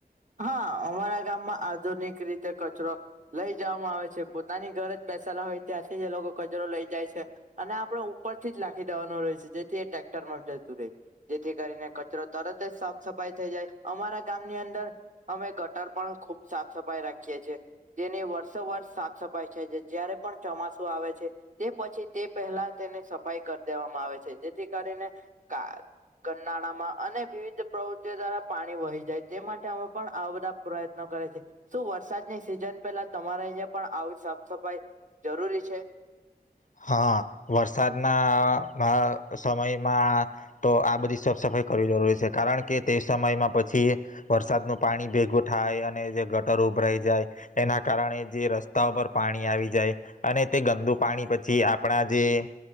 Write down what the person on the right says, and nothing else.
હા અમારા ગામમાં આધુનિક રીતે કચરો લઈ જવામાં આવે છે પોતાની ઘર જ બેસાલા હોય ત્યાંથી એ લોકો કચરો લઈ જાય છે અને આપડ ઉપરથી જ લખી દેવાનો રહે છે જેથી એ ટ્રેક્ટર માં જતું રહે જેથી કરીને કચરો તરત જ સાફ સફાઈ થઈ જાય અમારા ગામની અંદર. અમે ગટર પણ ખુબ સાફ સફાઈ રાખીએ છીએ તેની વર્ષો વર્ષ સાફ સફાઈ થાય છે જારે પણ ચોમાસું આવે છે તે પછી તે પહેલા તેની સફાઈ કરી દેવામાં આવે છે જેથી કરીને ગનાળામાં અને વિવિધ પ્રવૃત્તિઓ દ્વારા પાણી વહી જાય તે માટે અમે. પણ આ બધા પ્રયત્નો કરે છે શું વરસાદની સિઝન પેલા તમારે અહીયા પણ આવી સાફ સફાઈ જરૂરી છે.